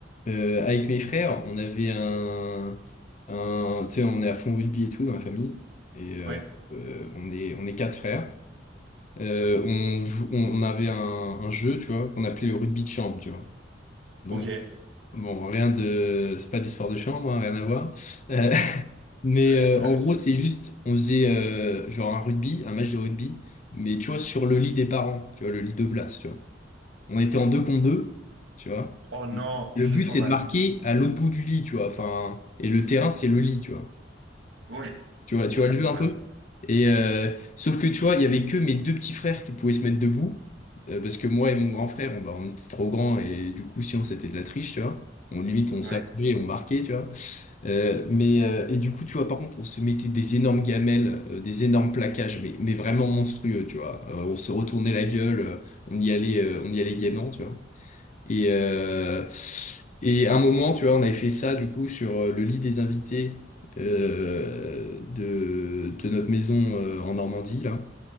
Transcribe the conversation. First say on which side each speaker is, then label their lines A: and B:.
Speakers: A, on the left; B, on the right.
A: Euh, avec mes frères, on avait un, un tu sais, on est à fond rugby et tout dans la famille. Et euh,
B: Ouais.
A: euh, on est, on est quatre frères. Euh, on, jou- on on avait un, un jeu, tu vois, qu'on appelait le rugby de chambre, tu vois. Donc
B: Ok.
A: Bon, rien de... C'est pas d'histoire de chambre, hein, rien à voir. Euh, <laughs> mais
B: <laughs>
A: euh, en gros, c'est juste, on faisait euh, genre un rugby, un match de rugby, mais tu vois, sur le lit des parents, tu vois, le lit de place, tu vois. On était en deux contre deux, tu vois.
B: Oh non,
A: Le
B: je
A: but,
B: le sens
A: c'est
B: mal.
A: de marquer à l'autre bout du lit, tu vois. Enfin, et le terrain, c'est le lit, tu vois.
B: Ouais, <laughs>
A: Tu vois, tu
B: oh,
A: vois
B: je
A: le
B: le sens
A: jeu un
B: mal.
A: peu? Et euh, sauf que tu vois, il y avait que mes deux petits frères qui pouvaient se mettre debout, euh, parce que moi et mon grand frère, on, bah, on était trop grands et du coup, si on c'était de la triche, tu vois. On limite, on s'allongeait
B: Ouais.
A: et on marquait, tu vois. Euh, mais euh, et du coup, tu vois, par contre, on se mettait des énormes gamelles, euh, des énormes plaquages, mais, mais vraiment monstrueux, tu vois. Euh, on se retournait la gueule, euh, on y allait, euh, on y allait gaiement, tu vois. Et, euh, et à un moment, tu vois, on avait fait ça du coup sur euh, le lit des invités euh, de, de notre maison euh, en Normandie, là.